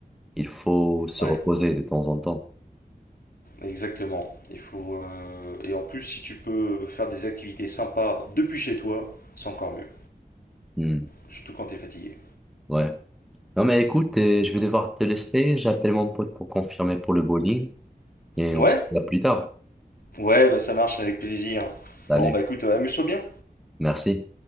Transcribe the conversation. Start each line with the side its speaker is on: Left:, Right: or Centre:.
Centre: Il faut se
Left: ouais,
Centre: reposer de temps en temps.
Left: exactement. Il faut euh, et en plus si tu peux faire des activités sympas depuis chez toi, c'est encore mieux.
Centre: Hmm.
Left: Surtout quand t'es fatigué.
Centre: Ouais. Non mais écoute, euh, je vais devoir te laisser. J'appelle mon pote pour confirmer pour le bowling et
Left: Ouais,
Centre: on se voit plus tard.
Left: ouais, bah ça marche avec plaisir.
Centre: Salut.
Left: Bon bah écoute, euh, amuse-toi bien.
Centre: Merci.